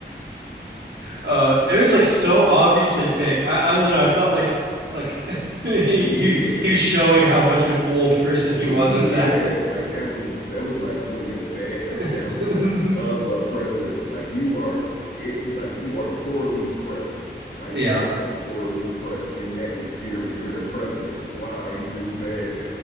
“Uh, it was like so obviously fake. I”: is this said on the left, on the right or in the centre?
Right